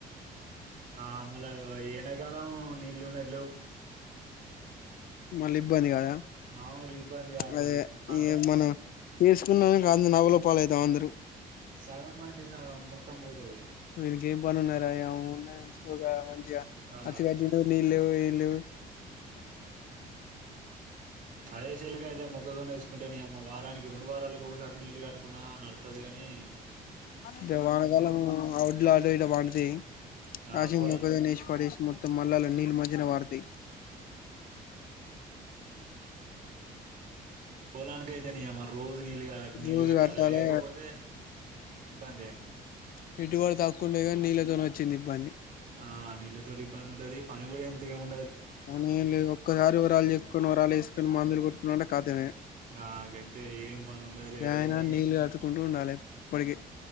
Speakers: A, on the right; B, on the left.
A: ఆ మళ ఎండాకాలం నీళ్లు ఉన్నయి
B: మళ్ళీ ఇబ్బంది కదా
A: మామూలు ఇబ్బంది కాదు
B: అదే
A: పంట
B: ఈ మనం చేసుకున్నానికి అంత నవలోపాలు అవుతాం అందరు
A: సగం బండి సగం మొత్తం పోతుది
B: మీరిక ఏ పడున్నారాను న్నాకోగా మంచిగా
A: ఆ
B: అచ్చగాజీలు నీళ్ళు వీళ్ళు
A: అదే చెలిక అయితే మొక్కతోన్న వేసుకుంటే న అమ్మ వారాన్ని రెండు వారాలకు ఒకసారి నీళ్ళు కట్టుకున్నా నడుతది అని
B: అే వానకాలం అడ్లా ఆడ ఇడ పండితే
A: ఆ
B: రాజ
A: పొల
B: మొక్కజొన్న నేష్ పడేసి మొత్తం మల్లాల నీళ్ళ మధ్యిన వారతి
A: పోలాడ్ కైతేని అ నీళ్ళ గారు
B: రోజు
A: నీళ్ళు పెట్టాలా
B: కట్టాలే
A: లేకపోతే ఇబ్బందిే
B: పెట్టుబడి తక్కువ ఉండే కానీ నీళ్ళతోనే వచ్చింది ఇబ్బంది
A: ఆ నిలతో ఇబ్బంది ఉంటది పని కూడా ఎంత ఉ
B: కానీ ఒక్కసారి రాళు చెక్సుకొని వరాళు వేసుకొని మాందులు కొట్టుకునింటే కాఖతానే
A: నాకంతే ఏం పని ఉండదులే
B: ఏమైనా
A: కానీ
B: నీళ్ళు కట్టుకుంటూ ఉండాలి ఎప్పటికి